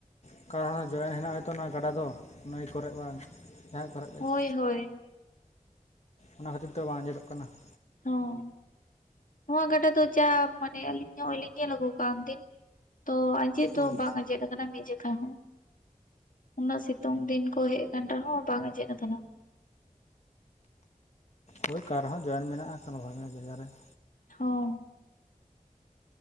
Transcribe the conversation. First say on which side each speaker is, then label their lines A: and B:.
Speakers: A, on the left; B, on the left.
A: ᱚᱱᱠᱟ ᱦᱚᱸ ᱡᱚᱭᱮᱱ ᱦᱮᱱᱟᱜ-ᱟ ᱦᱚᱭᱛᱚ ᱚᱱᱟ ᱜᱟᱰᱟ ᱫᱚ ᱾ ᱱᱟᱹᱭ ᱠᱚᱨᱮ ᱵᱟᱝ ᱡᱟᱦᱟᱸ ᱠᱚᱨᱮᱜ ᱜᱮ ᱾
B: ᱦᱮ ᱦᱳᱭ ᱾
A: ᱚᱱᱟ ᱠᱷᱟᱹᱛᱤᱨ ᱛᱮ ᱵᱟᱝ ᱟᱸᱡᱮᱫᱚᱜ ᱠᱟᱱᱟ ᱾
B: ᱦᱚᱸ ᱾ ᱱᱚᱣᱟ ᱜᱟᱰᱟ ᱫᱚ ᱡᱟ ᱢᱟᱱᱮ ᱟᱹᱞᱤᱧ ᱦᱚᱜᱚᱭ ᱞᱤᱧ ᱧᱮᱞ ᱟᱹᱜᱩ ᱠᱟᱜ-ᱟ ᱩᱱᱫᱤᱱ ᱛᱚ ᱟᱸᱡᱮᱫ ᱫᱚ
A: ᱦᱳᱭ
B: ᱵᱟᱝ ᱟᱸᱡᱮᱫ ᱠᱟᱱᱟ ᱢᱤᱫ ᱡᱮᱠᱷᱟ ᱦᱚᱸ ᱾ <inaudible> ᱩᱱᱟᱹᱜ ᱥᱤᱛᱩᱝ ᱫᱤᱱ ᱠᱚ ᱦᱮᱡ ᱟᱠᱟᱱ ᱨᱮᱦᱚᱸ ᱵᱟᱝ ᱟᱸᱡᱮᱫ ᱟᱠᱟᱱᱟ ᱾
A: ᱦᱳᱭ ᱚᱠᱟ ᱨᱮᱦᱚᱸ ᱡᱚᱭᱮᱱ ᱢᱮᱱᱟᱜ-ᱟ ᱠᱚᱱᱳ ᱵᱷᱟᱜᱮᱧᱚᱜ ᱡᱟᱭᱜᱟ ᱨᱮ ᱾
B: ᱦᱚᱸ ᱾